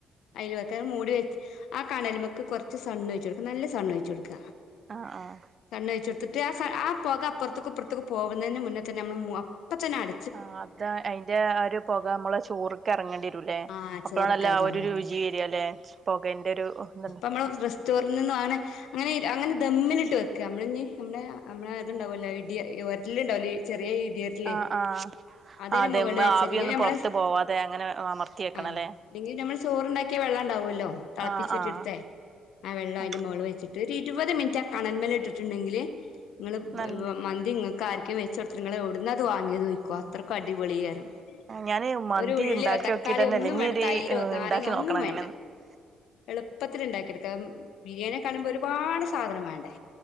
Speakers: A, on the left; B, on the right.
A: അയ്ൽ വെക്ക മൂടിവെ ആ കണലമക്ക് കുറച്ച് സണ്ണോയച്ചടുക്ക നല്ല സണ്യ്ച്ചുടുക്ക.
B: ആഹ് ആഹ്
A: സണ് ഒഴിച്ചെടുത്തിട്ട് ആ ആ പുക അപ്പുറത്തക്ക്‌ ഇപ്പുറത്തക്ക് പോകുന്നതിന് മുന്നേതന്നെ നമ്മൾ അപ്പതന്നെ അട
B: ആ അത അയ്ന്റെ ആ ഒരു പുക നമ്മള ചോറക്കെ ഇറങ്ങണ്ടിരുല്ലേ
A: ആഹ്
B: അപ്പോഴാണല്ല
A: ചോറൊക്കെ എറങ്ങാൻ
B: ആ ഒരു
A: വേണ്ടി
B: രുചി രി വരല്ലെ പോകന്റരു ഇ
A: ന്നമ്മളെ റെസ്റ്റോറന്റിൽ നിന്നുആണ് അങ്ങെനെ അങ്ങെനെ ദമ്മിലിട്ട് വെക്ക ഞമ്മളെ ഇഞ്ഞി ഞമ്മടെ നമ്മളെ ഇതുണ്ടാവോല്ലോ ഇടി ഒര്ല് ഇണ്ടാവുലെ ചെറിയെ ഇടി ഒര്ല്.
B: ആഹ് ആഹ്
A: അതെയ്ന്
B: ആ
A: മൊകളിൽ
B: ദമ്മ്
A: വെച്ച്
B: ആവിയൊന്ന്
A: അല്ലെങ്കി ഞമ്മള്
B: പൊറത്ത് പോവാതെ അങ്ങനെ അമർത്തി വെക്കണല്ലേ
A: ആഉം അല്ലെങ്കി ഞമ്മൾ ചോറ്ണ്ടാക്കിയ വെള്ളണ്ടാവോലോ തള്പ്പിച്
B: ആഹ്
A: ഊറ്റിഇട്ത്തേ
B: ആഹ്
A: ആ വെള്ളം അയ്ന്റെ
B: ആഹ്
A: മൊളിൽ വെച്ച്ട്ട് ഒര് ഇരുവെത് മിൻറ്റ് ആ കണെൻമെല് ഇട്ട്ട്ടുണ്ടെങ്കില് ഇങ്ങെൾ
B: നല്ല
A: മന്തി വ് മന്തിഇങ്ങക്ക് ആര്ക്കെങ്കിലും വെച്ച് കൊട്ത്ത് ഇങ്ങെൾ ഔട്ന്നാ ഇത് വാങ്ങിത് വാങ്ങിയെത്ന്ന് ചോയ്ക്കും അത്രേക്ക് അടിപൊളിയായിര്ക്കും.
B: ഞാന് മന്തി
A: ഒര് ഉള്ളിയോ
B: ഇണ്ടാക്കി
A: തക്കാളിയൊ
B: നോക്കിട്ടന്നെല്ല
A: ഒന്നുംവേണ്ട
B: ഇനി ഒരു
A: തൈരോ നാരെങ്ങയൊ
B: ഇണ്ടാക്കി
A: ഒന്നും
B: നോക്കണം അങ്ങനെയൊന്ന്
A: വേണ്ട. എളുപ്പത്തില് ഇണ്ടാക്കി എട്ക്കാം ബിരിയാണിയൊക്കെ ക്കാണെ ഒരുപാട് സാധനം വേണ്ടേ.